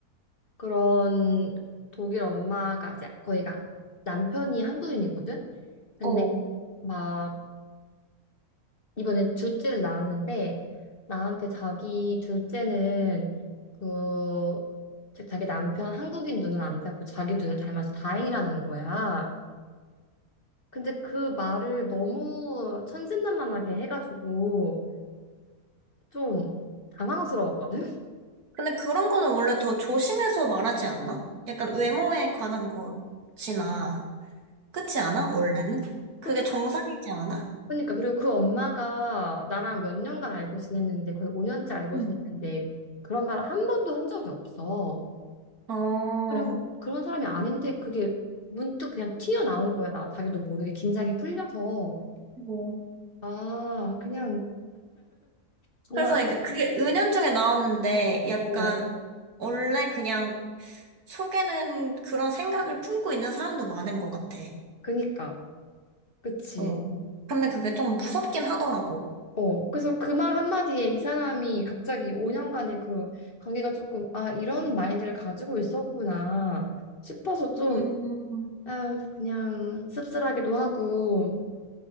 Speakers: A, on the left; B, on the right.
A: 그런 독일 엄마가 이제 거기가 남편이 한국인이거든. 근데
B: 어.
A: 막 이번에 둘째를 낳았는데 나한테 자기 둘째는 그 자- 자기 남편 한국인 눈을 안 닮고 자기 눈을 닮아서 다행이라는 거야. 근데 그 말을 너무 천진난만하게 해가지고 좀 당황스러웠거든. <laughs>
B: 근데 그런 거는 원래 더 조심해서 말하지 않나? 약간 외모에 관한 것이나, 그렇지 않아? 원래는? 그게
A: 그치?
B: 정상이지 않아?
A: 그러니까 그리고 그 엄마가 나랑 몇 년간 알고 지냈는데 거의 5년째 알고
B: 응.
A: 지냈는데 그런 말을 한 번도 한 적이 없어.
B: 어,
A: 그리고 그런 사람이 아닌데 그게 문득 그냥 튀어나온 거야. 나 자기도 모르게 긴장이 풀려서
B: 뭐,
A: 아 그냥 정말
B: 그래서
A: 안-
B: 이게 그게 은연중에 나왔는데 약간
A: 어
B: 원래 그냥 속에는 그런 생각을 품고 있는 사람도 많은 것 같아.
A: 그니까 그치.
B: 어. 근데 그게 좀 무섭긴 하더라고.
A: 어 그래서 그 말 한마디에 이 사람이 갑자기 5년간의 그 관계가 조금 아 이런 마인드를 가지고 있었구나 싶어서 좀
B: 음,
A: 아, 그냥 씁쓸하기도 하고.